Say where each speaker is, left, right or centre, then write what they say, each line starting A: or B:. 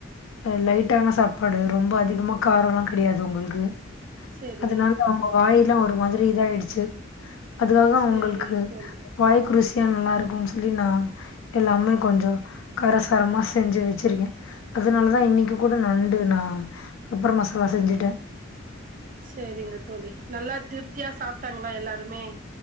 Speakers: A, on the left (about 80°); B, on the right (about 40°).
A: அ லைட்டான சாப்பாடு ரொம்ப அதிகமா காரல்லா கெடையாது உங்கள்க்கு
B: செரி
A: அதனால அவுங்க வாயெல்லாம் ஒரு மாதிரி இதாயிடுச்சி அதுக்காக
B: செரிங்க
A: அவுங்களுக்கு
B: தோழி
A: வாய்கு ரூசியா நல்லா இருக்குன் சொல்லி நா எல்லாமே கொஞ்ச காரசாரமா செஞ்சி வச்சிருக்கே அதனாலதா இன்னைக்கு கூட நண்டு நா பெப்பார் மசாலா செஞ்சிட்டே
B: செரிங்க தோழி நல்லா திருப்தியா சாப்ட்டாங்ளா எல்லாருமே